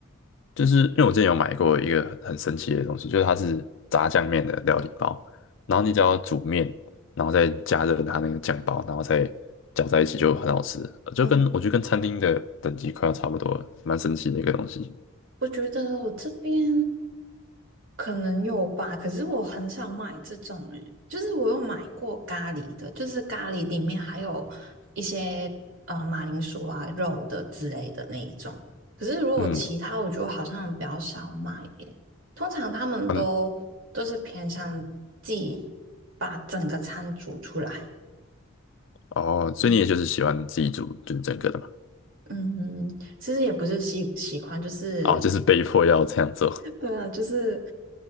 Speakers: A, on the left (about 65°); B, on the right (about 65°).
A: 就是因为我之前有买过一个很神奇的东西，就是它是炸酱面的料理包，然后你只要煮面，然后再加热它那个酱包，然后再搅在一起就很好吃，呃就跟我觉得跟餐厅的等级快要差不多了，
B: 哦，
A: 蛮神奇的一个东西。
B: 我觉得我这边可能有吧，可是我很少买这种诶、就是我有买过咖喱的，就是咖喱里面还有一些呃马铃薯啊、肉的之类的那一种。可是如果其他，
A: 嗯
B: 我觉得好像比较少买耶、通常他们都都是偏向自己
A: 嗯
B: 把整个餐煮出来。
A: 哦，所以你也就是喜欢自己煮就是整个的嘛？
B: 嗯嗯，嗯其实也不是喜习惯，就是
A: 哦，就是被迫要这样做。
B: 对啊，就是